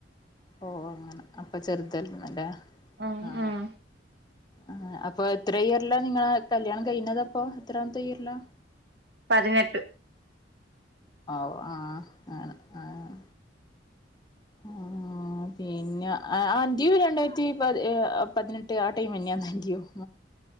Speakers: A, on the left; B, on the right.
A: ഓഹ് അങ്ങനെ അപ്പൊ ചെറുതാരുന്നല്ലേ
B: ഉം
A: ആ
B: ഉം
A: ആഹ് അപ്പൊ എത്ര ഇയറിലാ നിങ്ങളെ കല്യാണം കഴിഞ്ഞതപ്പോ എത്രാമത്തെ ഇയറിലാ
B: പതിനെട്ട്
A: ഔ ആഹ് ആണ് ആഹ്
B: <inaudible>
A: ആഹ് പിന്നെ അന്റെയും രണ്ടായിരത്തി പതി പതിനെട്ട് ആ ടൈം തന്നെയ അൻറിയും